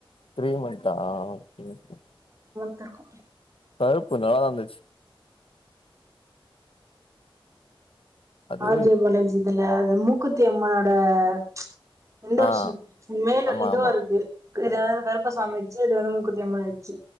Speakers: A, on the left; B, on the right.
A: த்ரீ மன்த்தா <unintelligible>
B: <unintelligible>
A: கருப்பு நல்லாதான் இருந்துச்சு அது
B: ஆர் ஜே பாலாஜி இதுல மூக்குத்தி அம்மனோட ச்சு இந்த வருஷோ
A: ஆ
B: மேல
A: ஆமா
B: இதுவா
A: ஆமா
B: இருக்கு இதாவது கருப்ப சாமிவச்சு இது மூக்கூத்தி அம்மன் வச்சு